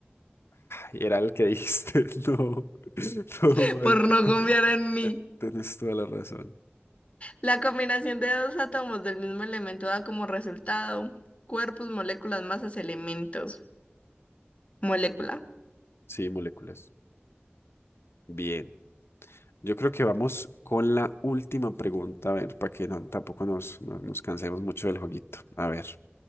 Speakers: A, on the left; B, on the left.
A: Ay, Era el que dijiste, <laughs> no, <laughs> todo
B: <laughs>
A: mal.
B: por
A: <laughs>
B: no confiar en mí.
A: Tienes toda la razón.
B: La combinación de dos átomos del mismo elemento da como resultado cuerpos, moléculas, masas, elementos. Molécula.
A: Sí, moléculas. Bien. Yo creo que vamos con la última pregunta, a ver, para que no, tampoco nos, no- nos cansemos mucho del jueguito. A ver,